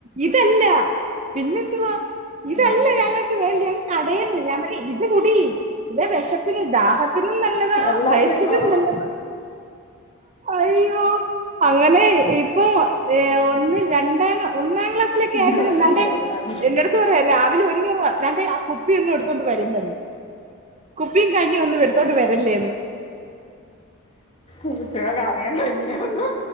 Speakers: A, on the right; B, on the left.
A: ഇതല്ലാ പിന്നെന്തുവാ ഇതല്ല
B: ഏഹ്
A: ഞങ്ങക്ക് വേണ്ട് ഞങ്ങക്ക് കടേന്ന് ഞാൻ പറേ ഇത് കുടി ഇതെ വേഷപ്പിനും ദാഹത്തിനും നല്ലതാ
B: എല്ലാത്തിനും
A: വൈറ്റിലും
B: കൊള്ളാം
A: നല്ല അയ്യോ അങ്ങനെ ഇപ്പൊ ഏ ഒന്ന് രണ്ടാ ക്ലാ ഒന്നാം ക്ലാസ്സിലെക്കെ
B: എന്തായാലും
A: ആയപ്പഴും ന്നാണ്ടേ
B: കൊള്ളാം
A: എന്റെട്ത്ത് പറായ രാവിലെ ഒര്ങ്ങിറ താണ്ടേ ആ കുപ്പിയോന്നും എട്ത്തോണ്ട് വരണ്ടന്ന് കുപ്പിം കഞ്ഞിം ഒന്നും ഇട്ത്തോണ്ട് വരല്ലേന്ന്
B: ഉം ച്ച കറിയാൻ കഞ്ഞിയാന്ന്